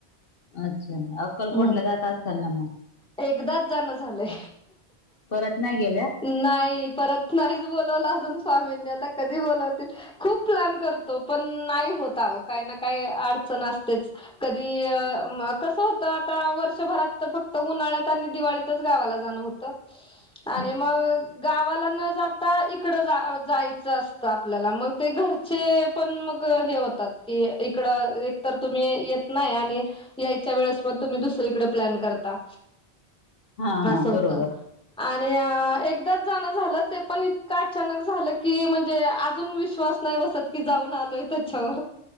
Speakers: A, on the left (about 60°); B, in the centre.
A: अच्छा. अक्कलकोटला
B: हम्म
A: जात असताल ना मग?
B: एकदाच जाणं झालंय.
A: परत नाही गेल्या?
B: नाही, परत नाहीच बोलवलं अजून स्वामींनी. आता कधी बोलवतील खूप प्लॅन करतो पण नाही होत आहो, काही ना काही अडचण असतेच. कधी अं म, कसं होतं आता, वर्षभरात फक्त उन्हाळ्यात आणि दिवाळीत चंच गावाला जाणं होतं.
A: <inaudible>
B: आणि मग गावाला न जाता इकडं जा-जायचं असतं आपल्याला. मग ते घर चे पण मग हे होतात की इकडं एकतर तुम्ही येत नाही आणि यायच्या वेळेस मग तुम्ही दुसरीकडे प्लॅन करता.
A: हा हा
B: असं होतं.
A: बरोबर
B: आणि एकदाच जाणं झालं, ते पण इतकं अचानक झालं की म्हणजे अजून विश्वास नाही बसत. कि जाऊन आलोय त्याच्यावर